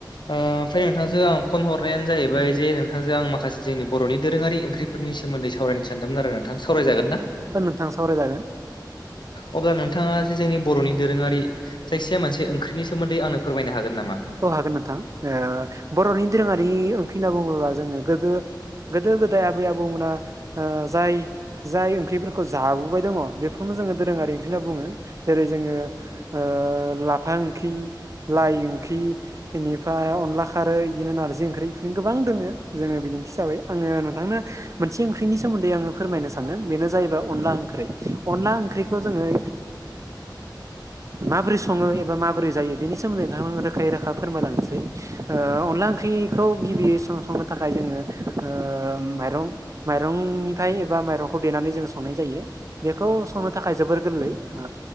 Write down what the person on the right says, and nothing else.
ओ नोंथां सावरायजागोन
औ हागोन नोंथां ओ बर'नि दोरोङारि ओंख्रि होनना बुङोब्ला जोङो गोदो गोदो गोदाय आबै आबौमोना ओ जाय जाय ओंख्रिफोरखौ जाबोबाय दङ बेफोरखौनो जोङो दो दोरोङारि ओंख्रि होनना बुंङो जेरै जोङो‌ ओ लाफा ओंख्रि लाइ ओंख्रि बेनिफ्राय अनला खारै बिदिनो नारजि ओंख्रि बिदिनो गोबां दोङो जोङो बिदिन्थि हिसाबै आङो नोंथांनो मोनसे ओंख्रिनि सोमोन्दै आङो फोरमायनो सानदों बेनो जाहैबाय अनला ओंख्रि अनला ओंख्रि जोङो ओ माबोरै सङो एबा माबोरै जायो बेनि सोमोन्दै नोंथां रोखायै रोखा फोरमायलांसै ओ अनला ओंख्रिखौ गिबि सं संनो थाखाय जोङो ओ ओ माइरं माइरंनिफ्राय एबा माइरंखौ देनानै जों संनाय जायो बेखौ संनो थाखाय जोबोर गोरलै ओ